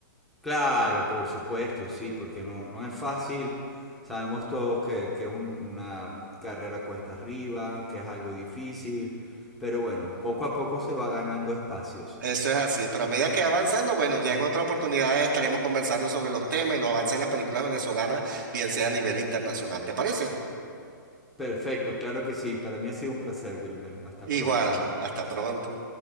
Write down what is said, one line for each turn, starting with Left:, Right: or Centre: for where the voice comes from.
Centre: Claro, por supuesto, sí, porque no, no es fácil. Sabemos todos que, que es un- una carrera cuesta arriba, que es algo difícil, pero bueno, poco a poco se va ganando espacios.
Right: Eso es así, pero a medida que va avanzando, bueno, ya en otra oportunidad estaremos conversando sobre los temas y los avances de las películas venezolanas, bien sea a nivel internacional, ¿te parece?
Centre: Perfecto, claro que sí. Para mí ha sido un placer, Wilmer. Hasta
Right: Igual,
Centre: pronto.
Right: hasta pronto.